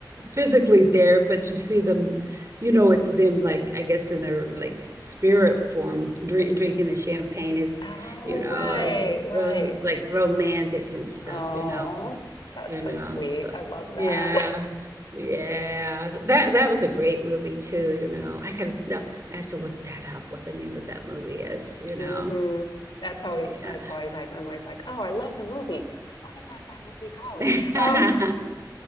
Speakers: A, on the right; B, on the left.
A: physically there, but you see them, you know, it's them like I guess in their like spirit form, drink, drinking the champagne. It's
B: Oh,
A: you know,
B: right,
A: it was, it
B: right.
A: was like romantic and stuff,
B: Oh,
A: you know,
B: that's
A: you know.
B: so sweet.
A: So
B: I love
A: yeah,
B: that.
A: yeah, that
B: <laughs>
A: that was a great movie too, you know. I kind of no, I have to look that up what the name of that movie is, you know.
B: hmm That's always
A: Yeah,
B: that's always I, I'm always like, oh, I love the movie. Oh, what it has that movie called?
A: <laughs>
B: Um,